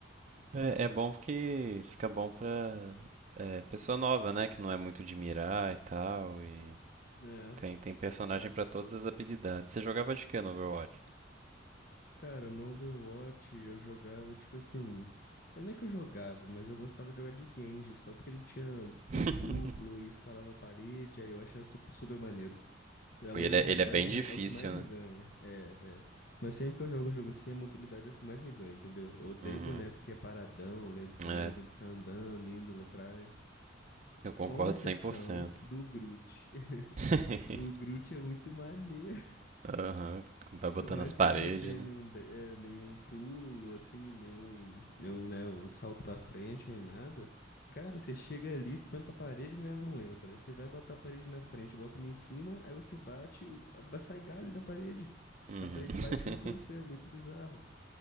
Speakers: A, on the right; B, on the left.
A: É, é bom porque fica bom pra é, pessoa nova, né? Que não é muito de mirar e tal. E
B: É,
A: tem, tem personagem pra todas as habilidades. Você jogava de quê no Overwatch?
B: cara, no Overwatch eu jogava tipo assim. Não é que eu jogava, mas eu gostava de jogar de Genji, só porque ele tinha
A: <laughs>
B: pulo duplo e escalava a parede, aí eu achava su- super maneiro. A
A: Pô,
B: mobilidade
A: Ele é, ele é bem difícil,
B: é o que mais me
A: né?
B: ganha. É, é. Mas sempre que eu jogo um jogo assim, a mobilidade é o que mais me ganha, entendeu? Eu odeio
A: Uhum.
B: boneco que é paradão, lentão,
A: É,
B: tem que ficar andando, indo lá atrás.
A: eu concordo
B: Com exceção
A: cem por cento.
B: do Groot. <laughs>
A: <laughs>
B: O Groot é muito maneiro.
A: Aham, vai botando
B: Por mais
A: nas paredes,
B: que ele não tenha
A: né?
B: nenhum, de- eh, nenhum pulo, assim, nenhum, nenhum, né, um salto pra frente, nem nada. Cara, você chega ali, tampa a parede, a galera não entra. Aí você vai botar a parede na frente, bota uma em cima, aí você bate, o- a- sai galho da parede.
A: Uhum.
B: A parede
A: <laughs>
B: bate junto com você, é muito bizarro.